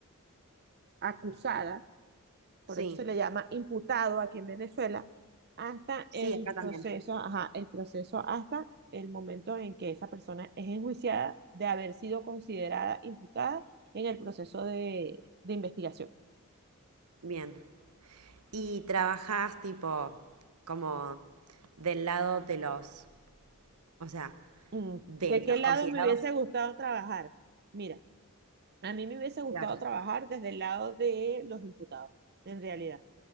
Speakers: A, on the right; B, on the right.
A: acusada por
B: Sí,
A: eso se le llama imputado aquí en Venezuela, hasta
B: sí,
A: el
B: acá
A: proceso,
B: también.
A: ajá, el proceso hasta el momento en que esa persona es enjuiciada de haber sido considerada imputada en el proceso de, de investigación.
B: Bien. Y trabajas tipo como del lado de los, o sea,
A: Mm,
B: de
A: ¿De
B: los
A: qué lado
B: considerados.
A: me hubiese gustado trabajar? Mira, a mí me hubiese gustado
B: Claro,
A: trabajar desde el lado de los imputados, en realidad.